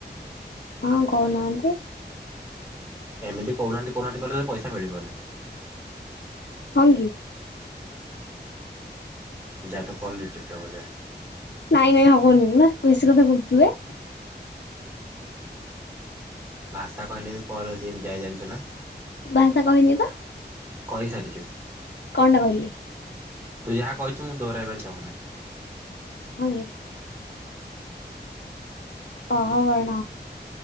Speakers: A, on the left; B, on the right.
A: ହଁ କହୁନାହାନ୍ତି
B: ଏମିତି କହୁନାହାନ୍ତି କହୁନାହାନ୍ତି କଲେ ତ ପଇସାଳିବନି
A: ହଙ୍ଗ କି
B: ଯାହା କଲ ରିଜେକ୍ଟ ହେଯଏ
A: ନାଇଁ ନାଇଁ ହବନନି ମା କୁସି କଥା କହୁଥ।
B: ଭାଷା କହିଲେ ବି କଲଉ ଯେତି ଯାଇ ଜାଣିଛ ନା।
A: ଭାଷା କହିନି ତ।
B: କହିସାରିଛୁ।
A: କଣଟା କହିଲି
B: ତୁ ଯାହା କହିଛୁ ମୁଁ ଦହାଇବା ପାଇଁ ଚାହୁନି
A: ହ କ ବଣ